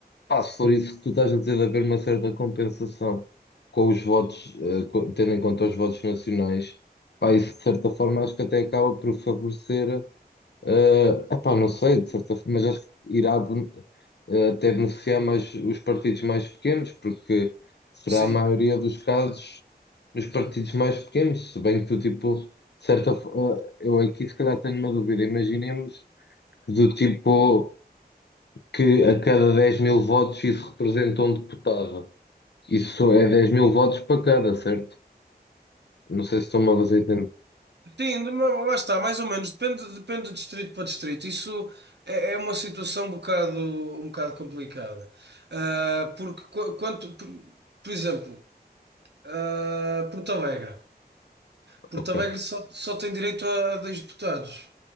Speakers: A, on the left; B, on the right.
A: Pá, se for isso que tu estás a dizer, de haver uma certa compensação com os votos, eh, co- tendo em conta os votos nacionais, pá, isso de certa forma acho que até acaba por favorecer, eh, epá, não sei, de certa forma, mas acho que irá ben- eh, até beneficiar mais os partidos mais pequenos, porque será
B: Sim.
A: a maioria dos casos nos partidos mais pequenos, se bem que tu, tipo, de certa forma, eu aqui se calhar tenho uma dúvida, imaginemos que do tipo que a cada dez mil votos isso representa um deputado. Isso é dez mil votos para cada, certo? Não sei se estou-me a fazer entender.
B: Sim, de- mas lá está, mais ou menos, depende, depende de distrito para distrito. Isso é, é uma situação um bocado, um bocado complicada. Ah, porque qu- quanto, por, por exemplo, ah, Porto Alegre. Porto
A: Ok.
B: Alegre só, só tem direito a dois deputados,